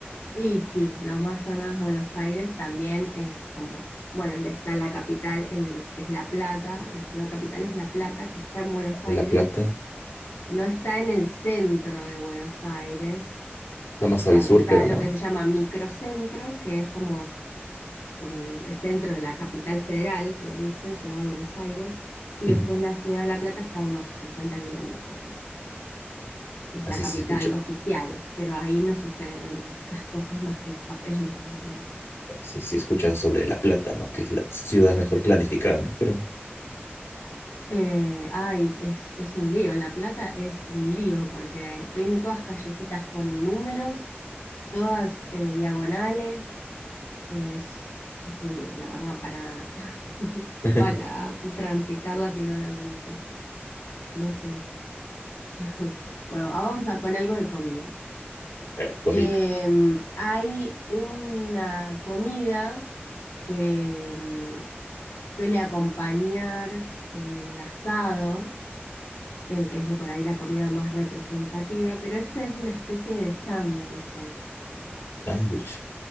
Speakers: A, on the left; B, on the left.
A: y sí, la más sonada es Buenos Aires, también es como, bueno, le está la capital, en- que es La Plata, la ciudad capital es La Plata, que está en Buenos Aires,
B: La Plata,
A: no está en el centro de Buenos Aires,
B: lo más
A: o sea,
B: al sur,
A: está
B: creo,
A: lo
B: ¿no?
A: que se llama microcentro, que es como como el, el centro de la capital federal, que le dicen Ciudad de Buenos Aires, y
B: Ujú.
A: después la Ciudad de La Plata está a unos 50 kilómetros más, que es
B: Así
A: la capital
B: se escucha,
A: oficial, pero ahí no suceden las cosas más que los papeles, <laughs> vamos a decir.
B: así se escucha sobre La Plata, ¿no? Que es la ciudad mejor planificada, ¿no? Creo.
A: Eh, ay, es, es un lío, La Plata es un lío porque tiene todas callecitas con números, todas eh, diagonales, es, es un lío, la verdad, para, <laughs>
B: <laughs>
A: para transitarla si no la conoces. No sé. <laughs> Bueno, ahora vamos a- con algo de comida.
B: A ver, comida,
A: Em, hay una comida que mm, suele acompañar el asado, eh, que es la- por ahí la comida más representativa, pero esta es una especie de sándwich,
B: sándwich.